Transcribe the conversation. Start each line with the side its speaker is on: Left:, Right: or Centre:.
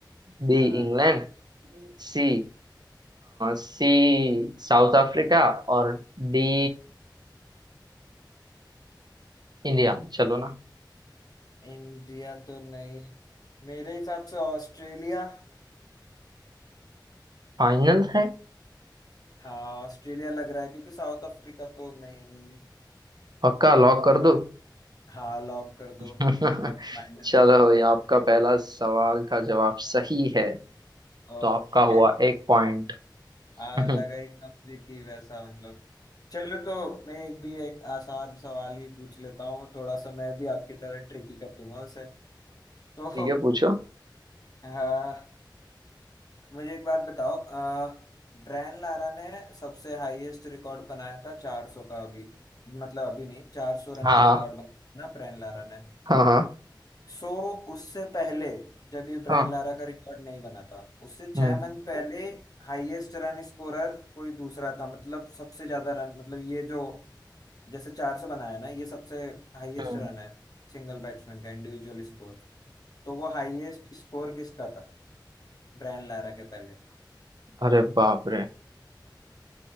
Right: B
Left: हाँ
Right: England C C South Africa और डी इंडिया चलो ना
Left: इंडिया तो नहीं मेरे हिसाब से ऑस्ट्रेलिया
Right: फाइनल है
Left: हाँ ऑस्ट्रेलिया लग रहा है क्योंकि साउथ अफ्रीका तो नहीं
Right: पक्का लॉक कर दो
Left: हाँ लॉक कर दो
Right: <laughs>
Left: या माइनस
Right: चलो ये आपका पहला सवाल का जवाब सही है
Left: ओके
Right: तो आपका हुआ एक पॉइंट <laughs>
Left: आ
Right: ठीक
Left: लगा ही था मुझे कि <laughs> वैसा मतलब चलो तो मैं एक भी एक आसान सवाल ही पूछ लेता हूँ थोड़ा सा मैं भी आपकी तरह ट्रिकी कर दूंगा उसे <laughs> तो
Right: है पूछो
Left: हाँ मुझे एक बात बताओ आ, ब्रायन लारा ने सबसे हाईएस्ट रिकॉर्ड बनाया था 400 का अभी मतलब अभी नहीं 400 रन
Right: हाँ
Left: का रिकॉर्ड बनाया था ना ब्रायन लारा ने
Right: हाँ हाँ
Left: सो उससे पहले जब ये ब्रायन
Right: हाँ
Left: लारा का रिकॉर्ड नहीं बना था उससे छह
Right: हम्म
Left: मंथ पहले हाईएस्ट रन स्कोरर कोई दूसरा था मतलब सबसे ज्यादा रन मतलब ये जो जैसे चार सौ बनाया ना ये सबसे हाईएस्ट
Right: हम्म
Left: रन है सिंगल बैट्समैन का इंडिविजुअल स्कोर तो वो हाईएस्ट स्कोर किसका था ब्रायन लारा के पहले
Right: अरे बाप रे